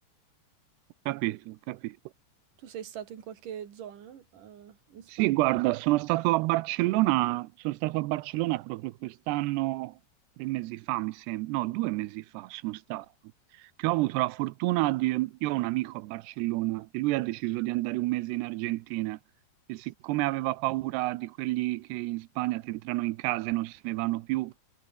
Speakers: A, on the right (about 80°); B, on the right (about 55°).
A: ho capito, ho capito.
B: Tu sei stato in qualche zona, eh, in Spagna?
A: Sì, guarda, sono stato a Barcellona, sono stato a Barcellona proprio quest'anno, tre mesi fa, mi sembra, no, due mesi fa sono stato, che ho avuto la fortuna di, io ho un amico a Barcellona e lui ha deciso di andare un mese in Argentina e siccome aveva paura di quelli che in Spagna ti entrano in casa e non se ne vanno più,